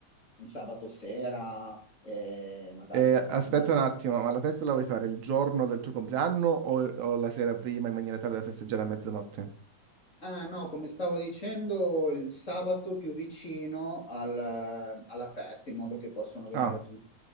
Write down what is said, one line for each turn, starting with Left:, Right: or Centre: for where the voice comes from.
Left: un sabato sera, eh, magari
Right: Eh,
Left: della settimana.
Right: aspetta un attimo, ma la festa la vuoi fare il giorno del tuo compleanno o, o la sera prima in maniera tale da festeggiare a mezzanotte?
Left: Ah, no, come stavo dicendo, il sabato più vicino al- alla festa, in modo che possano venire
Right: Ah,
Left: tutti,